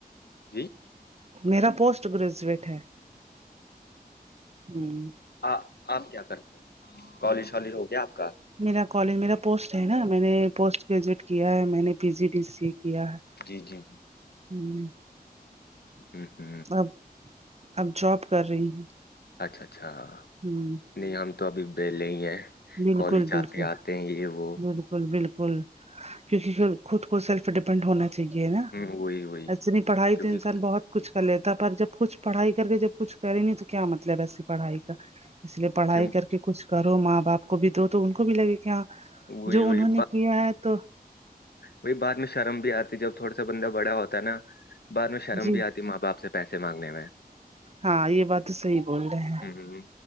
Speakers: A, on the left; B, on the right.
A: جی
B: میرا پوسٹ گریجویٹ ہے ہ
A: آ آپ کیا کرتے ہو کالج شالج ہو گیا آپ کا
B: میرا کالج میرا پوسٹ ہے نا میں نے پوسٹ گریجویٹ کیا ہے میں نے پی جی ڈی سی کیا ہے
A: جی جی جی
B: ہوں
A: ہوں ہوں
B: اب اب جاب کر رہی ہوں
A: اچھا اچھا
B: ہ
A: نہیں ہم تو ابھی بہلے ہی ہیں
B: بالکل
A: کالج جاتے
B: بالکل
A: آتے ہیں یہ وہ
B: بالکل بالکل کیوں کی خود کو سیلف ڈیپینڈ ہونا چاہیے نا
A: وہی وہی
B: ایسے بہی پڑھائی
A: کیونکہ
B: تو انسان بہت کچھ کر لیتا پر جب کچھ پڑھائی کر کے جب کچھ کرے نہیں تو کیا مطلب ایسی پڑھائی کا اس لیے پڑھائی
A: کیوں
B: کر کے کچھ کرو ماں باپ کو بھی دو تو ان کو بھی لگے کہ ہاں
A: وہی
B: جو انہوں
A: وہی
B: نے کیا ہے تو
A: بی بعد میں شرم بھی آتی جب تھوڑا سا بندہ بڑا ہوتا ہے نا بعد میں شرم
B: جی
A: بھی آت ی ماں باپ سے پیسے مانگنے میں
B: ہاں یہ بات تو صحیح بول رہے ہیں
A: ہ